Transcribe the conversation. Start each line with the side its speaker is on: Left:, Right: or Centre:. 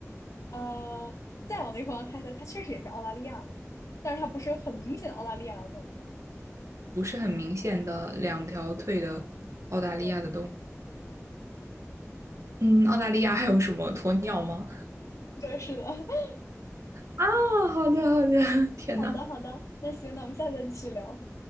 Left: 呃，再往那个方向猜猜，它确实也是澳大利亚的，但是它不是很明显的澳大利亚的动物。
Right: 不是很明显的两条腿的澳大利亚的动物。
Left: 对
Right: 嗯，澳大利亚还有什么鸵鸟吗？
Left: 对，是的。<laughs>
Right: 啊，好的好的，<laughs> 天呐，
Left: 好的好的，那行，那我们下次再继续聊。